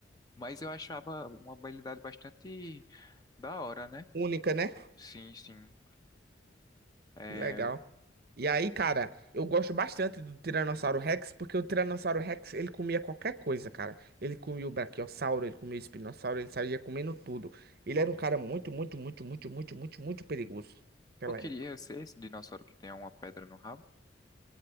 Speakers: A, on the left (about 20°); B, on the right (about 55°).
A: mas eu achava uma habilidade bastante da hora, né?
B: Única, né?
A: Sim, sim. É,
B: Que legal. E aí, cara, eu gosto bastante do Tiranossauro Rex, porque o Tiranossauro Rex, ele comia qualquer coisa, cara. Ele comia o Brachiosauro, ele comia o Espinossauro, ele saía comendo tudo. Ele era um cara muito, muito, muito, muito, muito, muito, muito perigoso naquela
A: eu queria
B: época.
A: ser esse dinossauro que tem uma pedra no rabo.